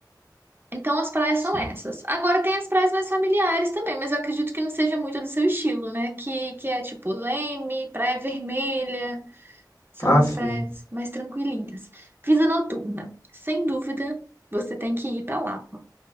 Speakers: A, on the right (about 30°); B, on the left (about 50°).
A: Então as praias
B: Sim.
A: são essas. Agora tem as praias mais familiares também, mas eu acredito que não seja muito do seu estilo, né? Que, que é tipo Leme, Praia Vermelha, são
B: Ah,
A: as
B: sim.
A: praias mais tranquilinhas. Vida noturna, sem dúvida, você tem que ir para Lapa.